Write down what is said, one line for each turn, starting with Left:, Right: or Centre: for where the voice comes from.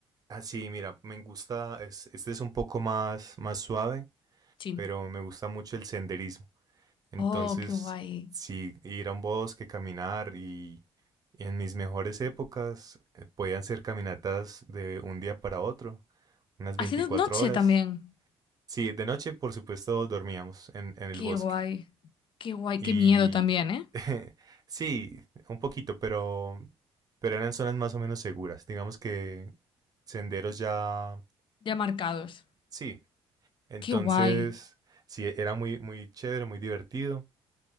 Right: ah sí mira, me gusta, es- este es un poco más, más suave,
Left: Sí.
Right: pero me gusta mucho el senderismo. Entonces,
Left: Oh, qué guay.
Right: sí, ir a un bosque, caminar y Y en mis mejores épocas eh, podían ser caminatas de un día para otro, unas
Left: Haciendo
Right: 24
Left: noche
Right: horas.
Left: también.
Right: Sí, de noche, por supuesto, dormíamos en, en el
Left: Qué
Right: bosque.
Left: guay. Qué guay.
Right: Y
Left: Qué miedo también, ¿eh?
Right: <laughs> sí, un poquito, pero, pero eran zonas más o menos seguras. Digamos que senderos ya...
Left: Ya marcados.
Right: Sí, entonces,
Left: Qué guay.
Right: sí, era muy, muy chévere, muy divertido.